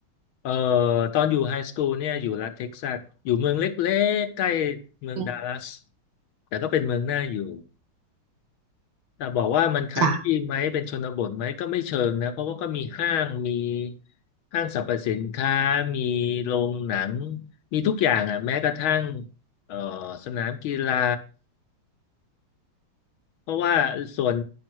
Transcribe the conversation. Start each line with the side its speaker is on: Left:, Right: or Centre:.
Left: เอ่อตอนอยู่ไฮสคูลเนี่ยอยู่รัฐเท็กซัสอยู่เมืองเล็กๆใกล้เมืองดัลลัส
Right: อืม
Left: แต่ก็เป็นเมืองน่าอยู่แต่บอกว่ามันคันทรีไหมเป็นชนบทไหมก็ไม่เชิงนะเพราะว่าก็มีห้างมี
Right: จ้ะ
Left: ห้างสรรพสินค้ามีโรงหนังมีทุกอย่างอ่ะแม้กระทั่งเอ่อสนามกีฬาเพราะว่าส่วน